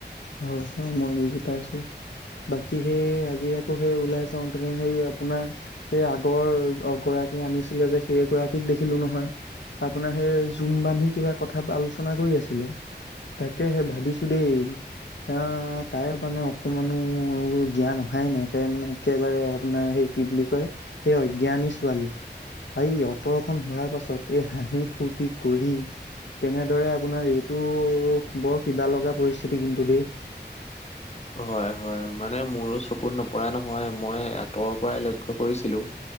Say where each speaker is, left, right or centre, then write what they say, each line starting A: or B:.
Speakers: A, on the left; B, on the left.
A: হয়- হয় মই বুজি পাইছোঁ বাকী সেই আজি আকৌ সেই ওলাই চাওঁ তুমি হেই আপোনাৰ সেই আগৰ গৰাকী আনিছিলে যে সেই গৰাকীক দেখিলোঁ নহয়। আপোনাৰ সেই জুম বান্ধি কিবা কথা আলোচনা কৰি আছিলে। তাকেহে ভাবিছোঁ দেই। আহ, তাই মানে অকমানো জ্ঞান অহাই নাই তাই মানে একেবাৰে আপোনাৰ সেই কি বুলি কয় এই অজ্ঞানী ছোৱালী। এই অতৰখন হোৱা। পাছত এই হাঁহি ফূৰ্তি কৰি তেনেদৰে আপোনাৰ এইটো বৰ কিবা লগা পৰিস্থিতি কিন্তু দেই।
B: <inaudible> হয়-হয় মানে মোৰো চকুত নপৰা নহয় মই আঁতৰৰ পৰাই লক্ষ্য কৰিছিলোঁ।